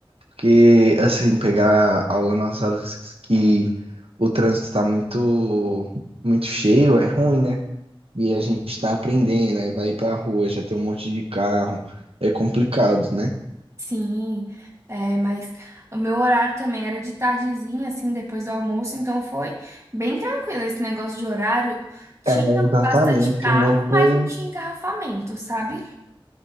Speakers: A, on the right; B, on the right.
A: Porque, assim, pegar aula nas horas que o trânsito tá muito, muito cheio é ruim, né? E a gente tá aprendendo, aí vai pra rua, já tem um monte de carro. É complicado, né?
B: Sim, é, mas o meu horário também era de tardezinha, assim, depois do almoço, então foi bem tranquilo esse negócio de horário. Tinha
A: É, exatamente.
B: bastante carro,
A: O meu foi.
B: mas não tinha engarrafamento, sabe?